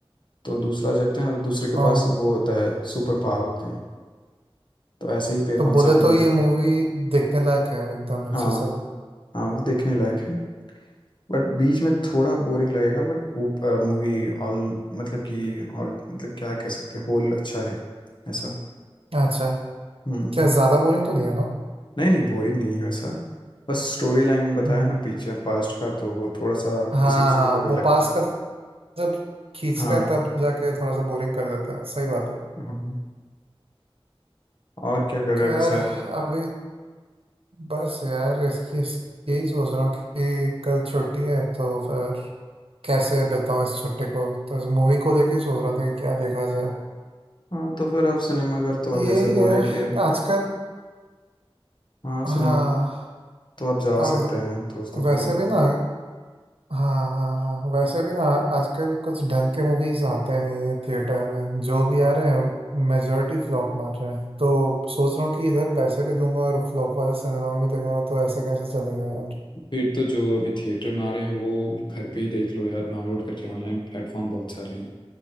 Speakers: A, on the left; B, on the right.
A: तो दूसरा जगता है ना तो दूसरे के
B: हाँ
A: पास वो होता है सुपर पावर होते हैं तो ऐसे ही पे
B: तो
A: कॉन्सेप्ट
B: बोले
A: पे बना
B: तो ये
A: है
B: मूवी देखने लायक है एकदम अच्छे
A: हाँ
B: से
A: हाँ वो देखने लायक है बट बीच में थोड़ा बोरिंग लगेगा बट वो मूवी ऑल मतलब कि ऑल मतलब क्या कह सकते हैं होल अच्छा है ऐसा
B: अच्छा
A: हम्म
B: क्या ज्यादा बोरिंग तो नहीं है ना
A: नहीं नहीं बोरिंग नहीं है वैसा बस स्टोरी लाइन बताया
B: हम्म।
A: ना पीछे पास्ट का तो वो थोड़ा सा
B: हाँ
A: किसी किसी
B: हाँ
A: को बोरिंग
B: वो
A: लगता
B: पास
A: है
B: का जब खींचते
A: हाँ
B: हैं तब जाके थोड़ा सा बोरिंग कर देता है सही बात है
A: हाँ और क्या कर रहे
B: खैर
A: हो वैसे आप
B: अभी बस यार इसकी इस- यही सोच रहा हूँ कि कल छुट्टी है तो फिर कैसे बिताऊँ इस छुट्टी को तो इस मूवी को लेके ही सोच रहा था कि क्या देखा जाए
A: हाँ तो फिर आप सिनेमा घर तो आप
B: यही
A: जैसे
B: है
A: बोले कि
B: आजकल
A: हाँ सिनेमा
B: हाँ
A: तो आप जा
B: और
A: सकते
B: व-
A: हैं दोस्तों के
B: वैसे
A: साथ
B: भी ना हाँ हाँ हाँ वैसे भी ना आजकल कुछ ढंग के मूवीज आते नहीं है थिएटर में जो भी आ रहे हैं मेजोरिटी फ्लॉप मार रहे हैं तो सोच रहा हूँ कि इधर पैसे भी दूंगा और फ्लॉप वाले सिनेमा में भी देखूंगा तो ऐसे कैसे चलेगा यार
A: फिर तो जो अभी थिएटर में आ रहे हैं वो घर पे ही देख लो यार डाउनलोड करके ऑनलाइन प्लेटफॉर्म बहुत सारे हैं